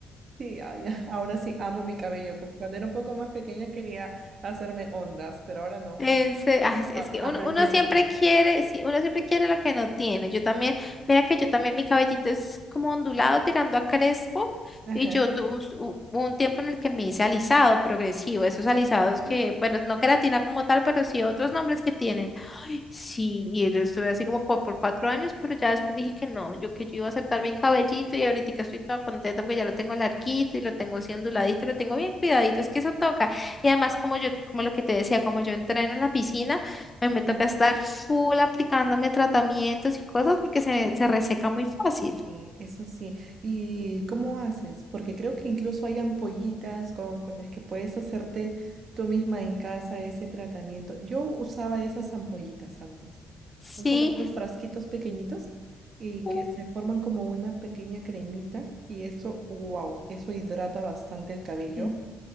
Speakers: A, on the right; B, on the left.
A: Sí, ay, <laughs> ahora sí amo mi cabello. Cu- Cuando era un poco más pequeña quería hacerme ondas, pero ahora no.
B: En se- ay, sí,
A: A-
B: es que
A: aprendí
B: uno, uno
A: a
B: siempre
A: amarlo.
B: quiere, sí, uno siempre quiere lo que no tiene. Yo también, mira que yo también, mi cabellito es como ondulado tirando a crespo
A: Ajá,
B: y yo tuve un, s- u- un tiempo en el que me hice alisado progresivo, esos alisados
A: ajá,
B: que, bueno, no queratina como tal, pero sí otros nombres que tienen. Sí, y yo estuve así como como por cuatro años, pero ya después dije que no, yo que yo iba a aceptar mi cabellito y ahorita estoy toda contenta porque ya lo tengo larguito y lo tengo así onduladito, lo tengo bien cuidadito, es que eso toca. Y además como yo, como lo que te decía, como yo entreno en la piscina, a
A: ajá.
B: mí me toca estar full aplicándome tratamientos y cosas porque se, se reseca muy fácil.
A: Sí, eso sí. ¿Y cómo haces? Porque creo que incluso hay ampollitas con, con las que puedes hacerte tú misma en casa ese tratamiento. Yo usaba esas ampollitas antes.
B: Sí,
A: Son como unos frasquitos pequeñitos y que
B: u-
A: se forman como una pequeña cremita y eso, wow, eso hidrata bastante el cabello.
B: Sí.